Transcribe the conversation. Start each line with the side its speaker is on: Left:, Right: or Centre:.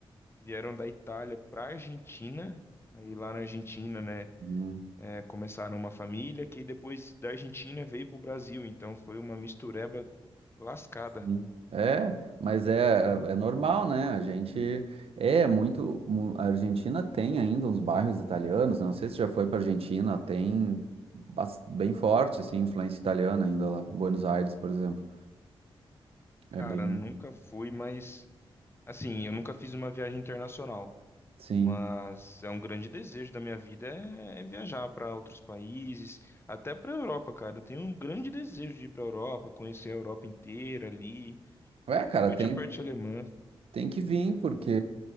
Left: vieram da Itália pra Argentina. Aí lá na Argentina, né?
Right: Uhum.
Left: é, começaram uma família que depois da Argentina veio para o Brasil, então foi uma mistureba lascada.
Right: Sim. É, mas é, é é normal, né? A gente é muito. mu- A Argentina tem ainda uns bairros italianos, né? não sei se já foi pra Argentina, tem bas- bem forte, assim, influência italiana ainda lá. Buenos Aires, por exemplo. É
Left: Cara,
Right: bem.
Left: nunca fui, mas assim, eu nunca fiz uma viagem internacional,
Right: Sim.
Left: mas é um grande desejo da minha vida é, é viajar para outros países, até para a Europa, cara. Eu tenho um grande desejo de ir para a Europa, conhecer a Europa inteira ali,
Right: Ué,
Left: principalmente
Right: cara, tem,
Left: a parte alemã.
Right: tem que vir, porque